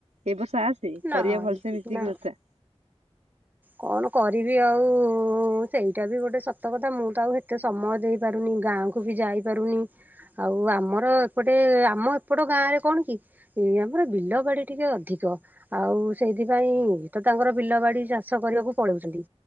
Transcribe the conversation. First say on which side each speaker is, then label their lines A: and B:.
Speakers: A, on the right (about 90°); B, on the right (about 15°).
A: ଏ ବର୍ଷ ଆସେ
B: ନାଇଁ
A: କରିବା ଭଲସେ ମିଶିକି
B: ନା
A: ଓଷା
B: କଣ କରିବି ଆଉ ସେଇଟା ବି ଗୋଟେ ସତ କଥା ମୁଁ ତ ଆଉ ଏତେ ସମୟ ଦେଇପାରୁନି ଗାଁକୁ ମୁଁ ବି ଯାଇପାରୁନି ଆଉ ଆମର ଏପଟେ ଆମ ଏପଟ ଗାଁ ରେ କଣ କି ଏ ଆମର ବିଲ ବାଡି ଟିକେ ଅଧିକ ଆଉ ସେଇଥିପାଇଁ ତ ତାଙ୍କର ବିଲ ବାଡି ଓଷା କରିବାକୁ ପଳଉଛନ୍ତି